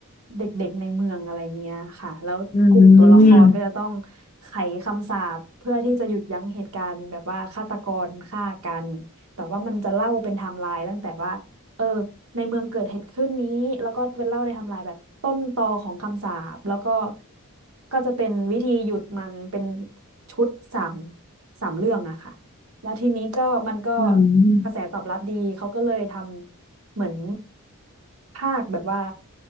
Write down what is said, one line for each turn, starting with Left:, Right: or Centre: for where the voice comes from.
Right: เด็กๆในเมืองอะไรเงี้ยค่ะแล้วกลุ่มตัวละครก็จะต้อง
Left: อืม
Right: ไขคำสาปเพื่อที่จะหยุดยั้งเหตุการณ์แบบว่าฆาตกรฆ่ากันแต่ว่ามันจะเล่าเป็นไทม์ไลน์ตั้งแต่ว่าเออในเมืองเกิดเหตุขึ้นนี้แล้วก็เป็นเล่าในไทม์ไลน์แบบต้นตอของคำสาปแล้วก็ก็จะเป็นวิธีหยุดมันเป็นชุดสามสามเรื่องอะค่ะ แล้วทีนี้ก็มันก็
Left: อืม
Right: กระแสตอบรับดี เขาก็เลยทำเหมือนภาคแบบว่า